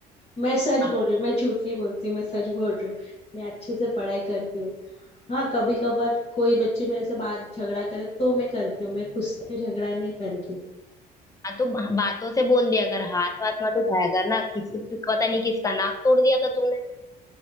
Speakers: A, on the left (about 40°); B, on the left (about 20°).
A: मैं सच
B: हाँ।
A: बोल रही हूँ मैं झूठ नहीं बोलती मैं सच बोल रही हूँ मैं अच्छे से पढ़ाई करती हूँ हाँ कभी कभार कोई बच्चे मेरे से बात झगड़ा करे तो मैं करती हूँ मैं खुद से झगड़ा नहीं करती
B: हाँ तो बा- बातों से बोल दिया कर हाथ वाथ मत उठाया कर ना किसी पता नहीं किसका नाक तोड़ दिया था तूने